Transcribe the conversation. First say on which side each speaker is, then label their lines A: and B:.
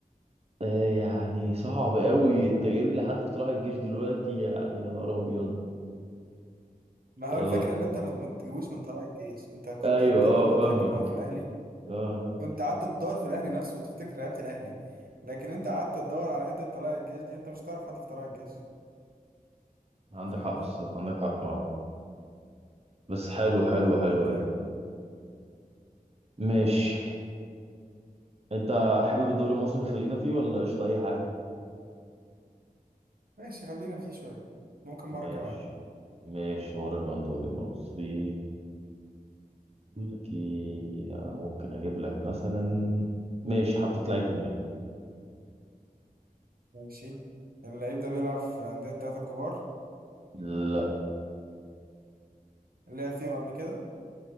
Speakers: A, on the right (about 40°); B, on the right (about 75°).
A: آه، يعني صعب قوي انت جايب لي حد في طلائع الجيش دلوقتي يعني يا نهار ابيض
B: ما هو
A: يا نهار
B: الفكره ان انت ما ما تجيبوش من طلائع الجيش انت كنت
A: ايوه
B: قلت
A: اه
B: لي لما
A: فاهمك
B: قلت لك ان هو في الاهلي
A: اه
B: كنت قعدت تدور في الاهلي نفسه وتفتكر لعيبه الاهلي لكن انت قعدت تدور على حته طلائع الجيش دي انت مش هتعرف حد في طلائع الجيش
A: عندك
B: فاهمني
A: حق الصراحه عندك حق اه بس حلو
B: طيب
A: حلو
B: يلا
A: حلو
B: حط
A: ايه
B: لعيب في دماغك
A: ماشي انت حابب الدوري المصري نخلينا فيه ولا قشطه اي حاجه
B: ماشي خلينا فيه شويه ممكن مره
A: ماشي
B: كمان
A: ماشي وراك عن الدوري المصري بقول لك ايه آه، ممكن اجيب لك مثلا ماشي حطيت لعيب في دماغي
B: ماشي اللعيب ده بيلعب في الانديه التلاته الكبار
A: لا
B: لعب فيهم قبل كده